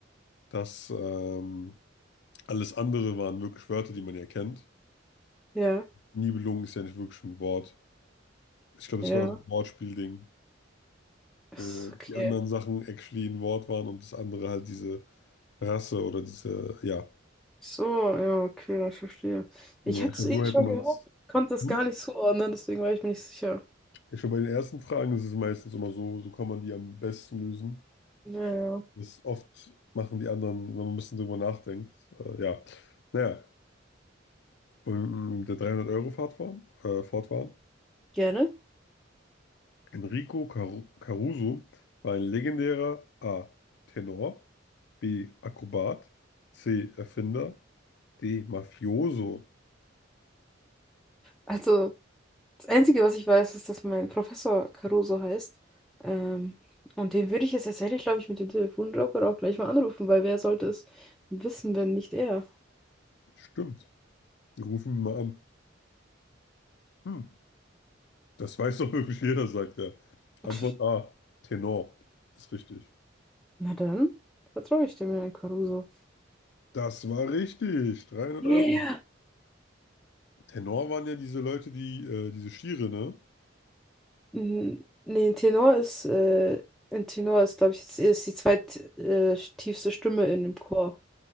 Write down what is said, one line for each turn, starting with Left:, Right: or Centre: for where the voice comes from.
Left: dass ähm, alles andere waren wirklich Wörter, die man ja kennt.
Centre: ja,
Left: Nibelung ist ja nicht wirklich ein Wort. Ich glaube,
Centre: ja.
Left: es war so ein Wortspielding,
Centre: Ist
Left: wo
Centre: okay.
Left: die anderen Sachen actually ein Wort waren und das andere halt diese Rasse oder diese, ja.
Centre: So, ja, okay, ich verstehe.
Left: Ja,
Centre: Ich hatte
Left: ich glaub,
Centre: es eh
Left: so hätte
Centre: schon
Left: man
Centre: gehört,
Left: es.
Centre: konnte es
Left: Hm?
Centre: gar nicht zuordnen, deswegen war ich mir nicht sicher.
Left: Ich glaube, bei den ersten Fragen ist es meistens immer so, so kann man die am besten lösen.
Centre: Ja, ja,
Left: Das oft machen die anderen, wenn man ein bisschen drüber nachdenkt. Äh, ja, naja, und mit der dreihundert euro fahrt waren, äh, Fahrt waren.
Centre: gerne.
Left: Enrico Caru Caruso war ein legendärer A. Tenor, B. Akrobat, C. Erfinder Die Mafioso.
Centre: Also, das Einzige, was ich weiß, ist, dass mein Professor Caruso heißt. Ähm, und den würde ich jetzt tatsächlich, glaube ich, mit dem Telefonjoker auch gleich mal anrufen, weil wer sollte es wissen, wenn nicht er?
Left: Stimmt. Wir rufen ihn mal an. Hm, das weiß doch wirklich jeder, sagt er.
Centre: <laughs>
Left: Antwort A. Tenor. Ist richtig.
Centre: Na dann, vertraue ich dem Herrn Caruso.
Left: Das war richtig. 300
Centre: Ja,
Left: Euro.
Centre: ja.
Left: Tenor waren ja diese Leute, die, äh, diese Stiere, ne?
Centre: Mhm. Nee, ein Tenor ist, äh, ein Tenor ist, glaube ich, ist die zweit, äh, tiefste Stimme in dem Chor.